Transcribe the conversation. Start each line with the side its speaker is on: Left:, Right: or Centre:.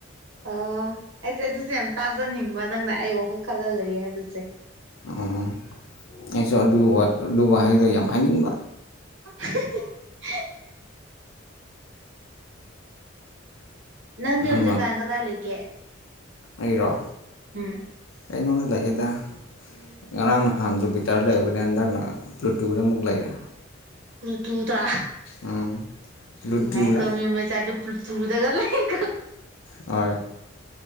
Right: ꯑꯣ ꯑꯩꯁꯦ ꯑꯗꯨꯁꯦ ꯌꯥꯝ ꯇꯥꯖꯅꯤꯡꯕ ꯅꯪꯅ ꯑꯩ ꯋꯥꯈꯜ ꯈꯜꯂ ꯂꯩꯌꯦ ꯍꯥꯏꯕꯁꯦ
Left: ꯑꯣ ꯑꯩꯁꯨ ꯑꯗꯨ ꯑꯗꯨ ꯋꯥꯍꯩꯗꯣ ꯌꯥꯝ ꯍꯥꯏꯅꯤꯡꯕ
Right: <inaudible> ꯅꯪꯗꯤ
Left: ꯅꯪꯅ
Right: ꯍꯧꯖꯤꯛ ꯀꯥꯟ ꯀꯥꯢꯗꯥ ꯂꯩꯀꯦ
Left: ꯑꯩꯔꯣ
Right: ꯎꯝ
Left: ꯀꯩꯅꯣꯗ ꯂꯩꯗ ꯉꯔꯥꯡ ꯅꯍꯥꯟ ꯖꯨꯄꯤꯇꯥꯔ ꯂꯩꯕꯅꯦ ꯍꯟꯗꯛꯅ ꯄ꯭ꯂꯨꯇꯨꯗ ꯑꯃꯨꯛ ꯂꯩꯔꯦ
Right: ꯄꯨ꯭ꯔꯇꯨꯗ
Left: ꯎꯝ ꯄ꯭ꯂꯨꯇꯣꯗ
Right: ꯅꯨꯡꯉꯥꯏ ꯀꯣ ꯃꯤ ꯃꯆꯥꯗꯤ ꯄꯨꯔꯇꯨꯗꯒ ꯂꯩ
Left: ꯍꯣꯏ